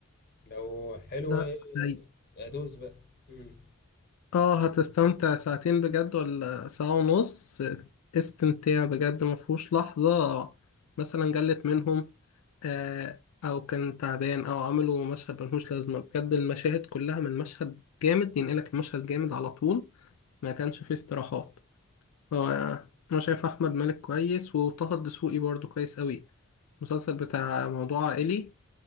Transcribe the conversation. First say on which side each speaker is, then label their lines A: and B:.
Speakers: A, on the left (about 45°); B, on the left (about 85°).
A: لو حلو
B: لا هي
A: أدوس بقى مم.
B: اه هتستمتع ساعتين بجد ولا ساعة ونص استمتاع بجد مفهوش لحظة مثلا جلت منهم آه أو كان تعبان أو عملوا مشهد ملهوش لازمة بجد المشاهد كلها من مشهد جامد ينقلك المشهد جامد على طول ما كانش فيه استراحات هو أنا شايف أحمد مالك كويس وطه الدسوقي برضه كويس أوي مسلسل بتاع موضوع عائلي